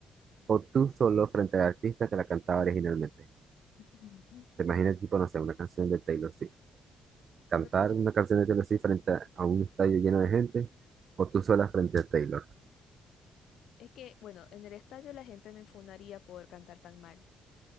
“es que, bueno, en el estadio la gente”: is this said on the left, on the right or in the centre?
Left